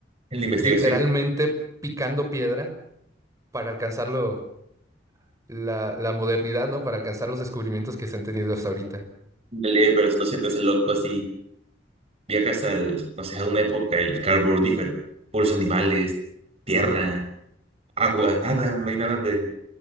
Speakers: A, on the right (about 35°); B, on the right (about 15°).
A: la investigación.
B: literalmente picando piedra para alcanzar lo- la, la modernidad, ¿no? Para alcanzar los descubrimientos que se han tenido hasta ahorita.
A: Dale, pero no se te hace loco así. Viajas al, no sé, a una época, el carbonífero. Puros animales, tierra, agua, nada. No hay nada de